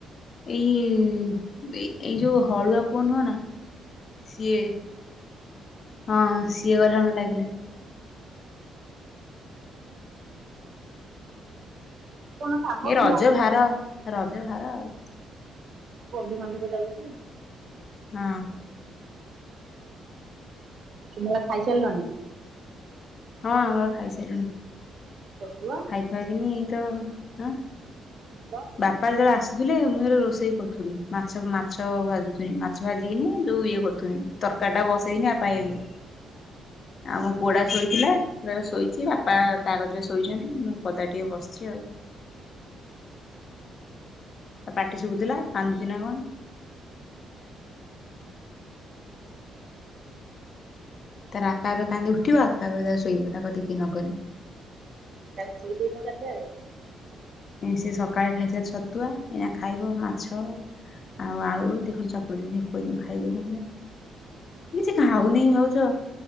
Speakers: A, on the left; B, on the right.
A: ଏଇ ଏଇ ଯୋଉ ହାଲୁଆ ପୁଅ ନୁହଁ ନାଁ। ସିଏ ହଁ ସିଏ ଗଲା ଭ ଲାଗିଲା।
B: କଣ କାମ
A: ଏ
B: କି
A: ରଜ
B: ବ
A: ଭାର ରଜ ଭାର ଆଉ
B: ବନ୍ଧୁବାନ୍ଧବ ଯାଉଥିବେ
A: ହଁ।
B: ତୁମର ଖାଇସାରିଲଣି?
A: ହଁ ଆମର ଖାଇ ସାରିଲୁଣି।
B: ତୋ ପୁଅ
A: ଖାଇ ଖୁଆକିନି ତ ହାଁ
B: ପୁଅ
A: ବାପା ଯେତେବେଳେ ଆସ ଆସିଥିଲେ ମୁଁ ରୋଷେଇ କରୁଥିଲି ମାଛ ମାଛ ଭାଜୁଥିଲି ମାଛ ଭାଜିକିନି ଯୋଉ ଇଏ କରୁଥିଲି ତରକାରୀ ଟା ବସେଇକି ବାପା ଆସିଲେ ଆଉ ମୋ ପୁଅଟା ଶୋଇଥିଲା ଶୋଇଛି ବାପା ତା କତିରେ ଶୋଇଛନ୍ତି ମୁଁ ପଦା ଟିକେ ବସିଛି ଆଉ ପାଟି ଶୁଭୁଥିଲା କାନ୍ଦୁଚି ନା କଣ? ତାର ଆପେ ଆପେ କାନ୍ଦି ଉଠିବ ଆପେ ଆପେ ଶୋଇବ ତା କତିକି କେହି ନଗଲେ
B: ତାକୁ ଖୋଇଦେଇନୁ ଗାଧୁଆବେଳେ
A: ସେ ସକାଳେ ଖାଇଥିଲା ଛତୁଆ ଏଇନା ଖାଇବ ମାଛ ଆଉ ଆଳୁ ଦିଖଣ୍ଡ ଚକୁଡେ ଖୋଇ ଦେବି ଖାଇବ କି କଣ କିଛି ଖାଉନି ଭାଉଜ